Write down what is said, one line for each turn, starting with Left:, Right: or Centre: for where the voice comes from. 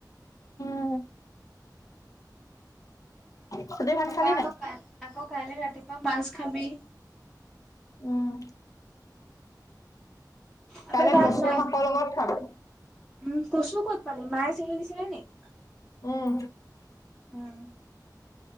Left: উম। তহঁতি ভাত
Centre: তাৰপা
Left: খালি
Centre: আকৌ
Left: নাই?
Centre: কাই আকৌ কাইলৈ ৰাতিপুৱা মাছ খাবি।
Left: উম,
Centre: আমাৰ
Left: কালে
Centre: ভাত
Left: কচো
Centre: নাই
Left: শাকৰ লগত খাম।
Centre: উম, কচু ক'ত পালি মায়ে চিঙি দিছিলে নেকি?
Left: উম,
Centre: উম,